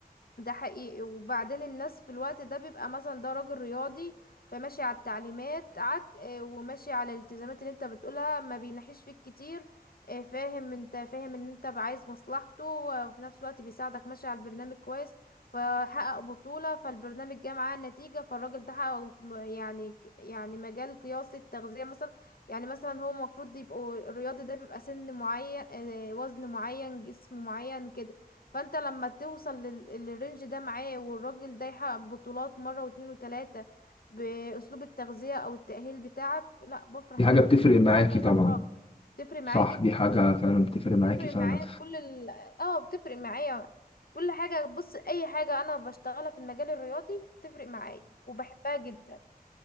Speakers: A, on the left; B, on the left.
A: ده حقيقي وبعدين الناس في الوقت ده بيبقى مثلا ده راجل رياضي فماشي على التعليمات عك آه، وماشي على الالتزامات اللي انت بتقولها ما بينحيش فيك كتير آه، فاهم انت فاهم ان انت عايز مصلحته وفي نفس الوقت بيساعدك ماشي على البرنامج كويس فحقق بطولة فالبرنامج جه معاه النتيجة فالراجل ده حقق م- يعني ك- يعني مجال قياسي التغذية مثلا يعني مثلا هو المفروض يبقوا الرياضي ده بيبقى سن معين آه، وزن معين جسم معين كده فانت لما توصل لل- للرينج ده معاه والراجل ده يحقق بطولات مرة واتنين وتلاتة بأسلوب التغذية او التأهيل بتاعك لا بفرح
B: دي حاجة
A: جدا
B: بتفرق
A: دي
B: معاكي
A: احلى المرحلة
B: طبعا
A: تفرق معايا
B: صح
A: جدا
B: دي حاجة فعلا بتفرق معاكي
A: تفرق
B: فعلا
A: معايا في كل ال... اه بتفرق معايا كل حاجة بص اي حاجة انا بشتغلها في المجال الرياضي بتفرق معايا وبحبها جدا